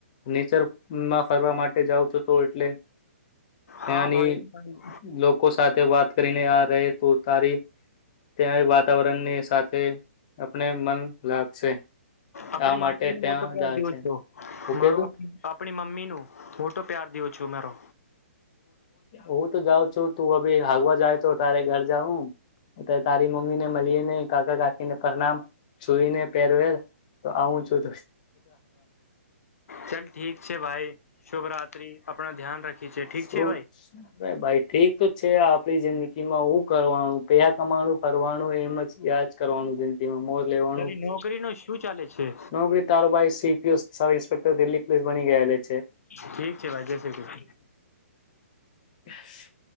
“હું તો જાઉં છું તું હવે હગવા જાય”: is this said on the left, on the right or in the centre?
Left